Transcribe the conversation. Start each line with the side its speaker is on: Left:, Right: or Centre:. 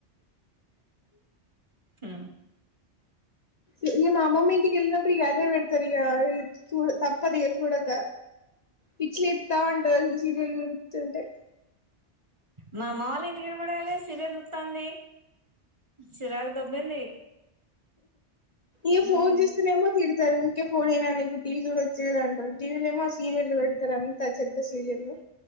Right: హు
Left: ఇ ఈ మా అమ్మమ్మ ఇంటికి ఎళ్ళినప్పుడు ఇగ అదే బెడ్తరు ఇగ ఈ సూడ తప్పద్ ఇగ సూడక పిచ్చి లేత్తా ఉంటది అది ఈ సీరియల్ చూరు థాంటే
Right: మా అమ్మ వాళ్ ఇంటి కనపడ గదే సీరియల్ చూతాంది చిరాక్ దొబ్బింది
Left: ఈ
Right: హ్మ్
Left: ఫోన్ జుస్తే నేమో తిడుత్ తరు ఊకే ఫోనేనా నీకు టీవీ జుడచు గదా అంటరు టీవీలో ఏమో సీరియల్ పెడతర్ అంతా చెత్త సీరియల్లు